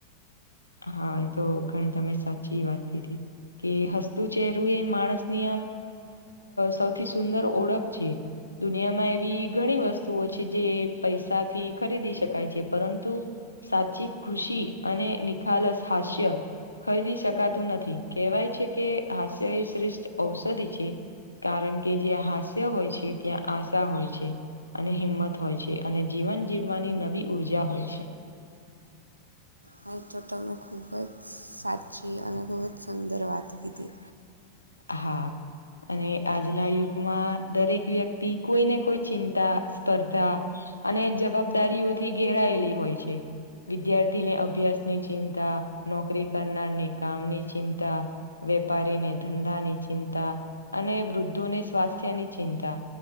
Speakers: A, on the left (about 80°); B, on the right (about 85°).
A: હા એ તો ઘણી તમે સાચી વાત કીધી કે હસ્તુ ચેહરું એ માણસ ની આમ સૌથી સુંદર ઓળખ છે. દુનિયામાં એવી ઘણી વસ્તુઓ છે જે પૈસાથી ખરીદી શકાય છે પરંતુ સાચી ખુશી અને નિખાલસ હાસ્ય ખરીદી શકાતું નથી કહેવાય છે કે હાસ્ય શ્રેષ્ઠ ઔષધિ છે. કારણ કે જે હાસ્ય હોય છે ત્યાં આશા હોય છે. અને હિંમત હોય છે અને જીવન જીવવાની નવી ઉઊર્જા હોય છે.
B: નહીં તો તમે ખૂબ જ સાચી અને ખૂબ જ સુંદર વાત કીધી
A: હા અને આજના યુગમાં દરેક વ્યક્તિ કોઈને કોઈ ચિંતા સ્પર્ધા અને જવાબદારીઓથી ઘેરાયેલી હોય છે. વિદ્યાર્થીને અભ્યાસ ની ચિંતા નોકરી કરનારને કામની ચિંતા. વેપારીને ધંધાની ચિંતા અને વૃદ્ધોને સ્વાસ્થ્યની ચિંતા.